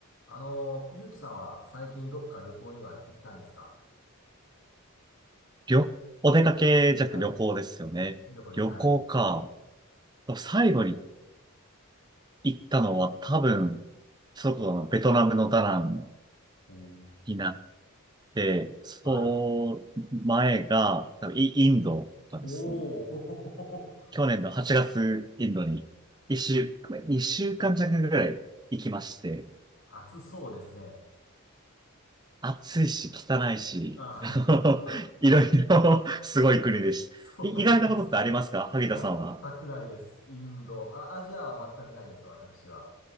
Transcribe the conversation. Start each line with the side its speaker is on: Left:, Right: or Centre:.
Left: あの、ゆうきさんは最近どっか旅行には行ったんですか
Right: 旅、お出かけじゃなくて旅行ですよね。
Left: はい。旅行です。
Right: 旅行か。
Left: はい。
Right: 最後に行ったのは多分、そこのベトナムのダナン
Left: おん、
Right: になって、その前が多分イインドとかですね。
Left: はい。おー、<laughs> ほほほほ
Right: 去年の8月インドに一週、2週間弱ぐらい行きまして、
Left: 暑そうですね。
Right: 暑いし汚いし、
Left: ああ、
Right: <laughs> あのいろいろすごい国でした。
Left: <laughs> そうなんです。
Right: い意外なことってありますか萩田さんは。
Left: 全くないです。インド。あ、アジアは全くないです、私は。